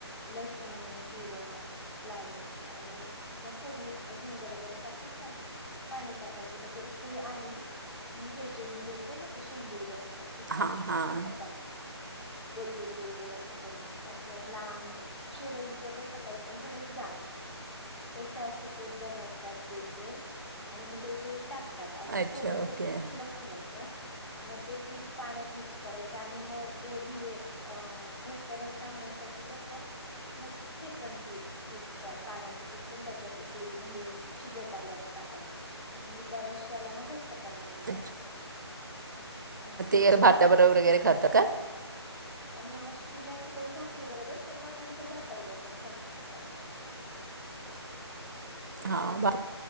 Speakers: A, on the left; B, on the right.
A: लसूण, जिरं, लाल मिरची आणि मग फोडणीत हिंग वगैरे टाकायचं, पाणी टाकायचं मग ते उकळी आली, की हे जे मी बोलते ना ते शेंगुळी बनवते. पिठाचे
B: हां हां
A: हातावर, गोलगोल गोलगोल असं करून असं लांब शेवईच कस टाईप पण थोडं हे झाड तस असं ते बनवतात गोलगोल आणि मग ते उकळी टाक. आणि
B: अच्छा
A: थोडस
B: ओके
A: पीठ
B: हां
A: शिल्लक ठेवायचं म ते पिट. पाण्यात मिक्स करायचं आणि मग ते म्हणजे अ घट्ट रस्ता होण्यासाठी कस, मग हे पण प पीठ पाण्याचं पीठ पण त्याच्यात उकळी म्हणजे शिजत आल्यावर टाकायचं म्हणजे त्या रस्याला मग घट्ट पणा येईल
B: हां,
A: असं, हम्म.
B: गेर
A: अच्छा.
B: भाता बरोबर वगैरे खात का?
A: मस्टली जास्त करून भाकरी बरोबर पण व नंतर भाताबरोबर पण खाऊ शकतो अस.
B: हा बा,